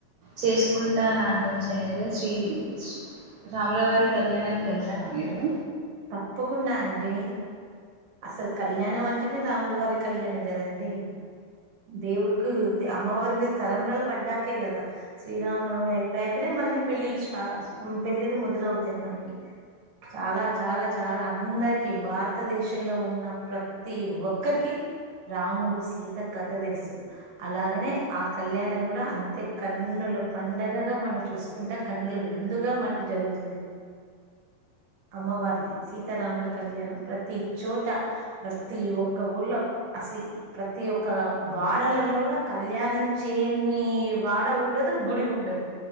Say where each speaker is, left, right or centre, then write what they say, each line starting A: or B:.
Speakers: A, on the right; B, on the right.
A: చేసుకుంటార అండి మీ సైడ్ శ్రీ శ్రీ రాములవారి కళ్యాణానికి వెళ్తారా మీరు
B: తప్పకుండా అండి అసలు కళ్యాణం అంటేనే రాములు వారికి కళ్యాణం కదండి దేవుడికి అమ్మవారి మీరు తలంబ్రాలు పడ్డాకే కదా శ్రీరామనవమి అయిపోయాకడే మళ్ళీ పెళ్ళిలు స్టా ఉమ్మ్ పెళ్ళిలు మొదలవుతాయి మనకి చాలా చాలా చాలా అందరికి భారతదేశంలో ఉన్న ప్రతి ఒక్కరికి రాముడు సీత కథ తెలుసు అలాగనే ఆ కళ్యాణం కూడా అంతే కన్నుల పండగగా మనం చూసు కుండ కన్నులు విందుగా మనకి జరుగుతుంది అమ్మవారిది సీతారాముల కళ్యాణం ప్రతి చోట ప్రతి ఒక్క ఊర్లో అసలు ప్రతి ఒక్క వాడలలో కూడా కళ్యాణం చేయని వాడ ఉ డదు గుడి ఉండదు